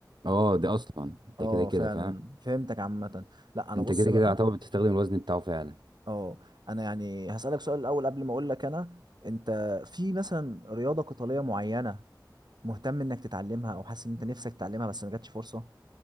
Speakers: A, on the right; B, on the right.
A: اه ده اصلا انت
B: اه
A: كده كده
B: فعلا
A: فاهم
B: فهمتك عامة لا انا
A: انت
B: بص
A: كده
B: بقى
A: كده يعتبر بتستخدم الوزن بتاعه فعلا
B: اه انا يعني هسألك سؤال الاول قبل ما اقول لك انا انت في مثلا رياضة قتالية معينة مهتم انك تتعلمها او حاسس ان انت نفسك تتعلمها بس ما جاتش فرصة